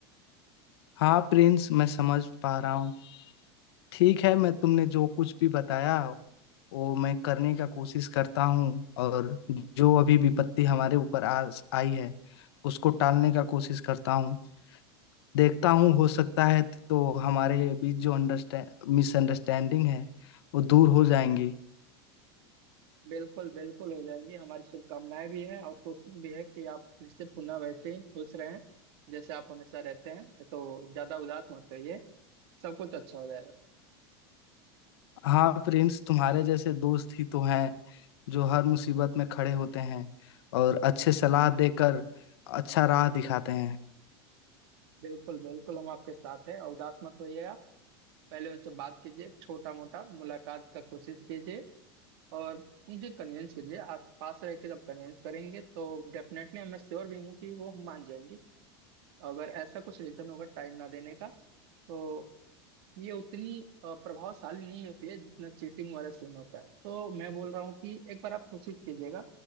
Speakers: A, on the left; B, on the right.
A: हाँ प्रिंस मैं समझ पा रहा हूँ ठीक है मैं तुमने जो कुछ भी बताया वो मैं करने का कोशिश करता हूँ और जो अभी विपत्ति हमारे ऊपर आ आई है उसको टालने का कोशिश करता हूँ देखता हूँ हो सकता है तो हमारे बीच जो अंडरस्टैंड मिसअंडरस्टैंडिंग है वो दूर हो जाएंगी
B: बिल्कुल बिल्कुल हो जाएंगी हमारी शुभकामनाएं भी हैं और कोशिश भी है कि आप फिर से पुनः वैसे ही खुश रहें जैसे आप हमेशा रहते हैं तो ज्यादा उदास मत रहिए सब कुछ अच्छा हो जाएगा
A: हाँ प्रिंस तुम्हारे जैसे दोस्त ही तो हैं जो हर मुसीबत में खड़े होते हैं और अच्छे सलाह देकर अच्छा राह दिखाते हैं
B: बिल्कुल बिल्कुल हम आपके साथ हैं और उदास मत होइए आप पहले उनसे बात कीजिए छोटा मोटा मुलाकात का कोशिश कीजिए और उनके कन्विंस कीजिए आप पास रह के जब कन्विंस करेंगे तो डेफिनेटली मैं श्योर भी हूँ कि वो मान जाएंगी अगर ऐसा कुछ रीजन होगा टाइम ना देने का तो ये उतनी अ, प्रभावशाली नहीं होती है जितना चीटिंग वाला सीन होता है तो मैं बोल रहा हूँ कि एक बार आप कोशिश कीजिएगा